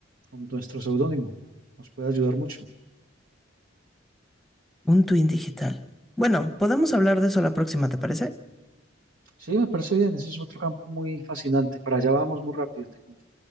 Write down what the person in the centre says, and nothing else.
Un twin digital. Bueno, podemos hablar de eso la próxima, ¿te parece?